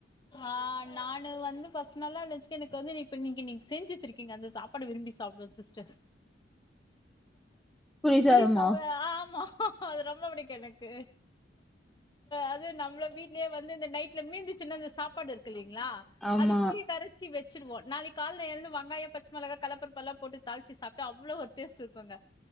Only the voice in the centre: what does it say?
புளி
சாதமா
ஆமா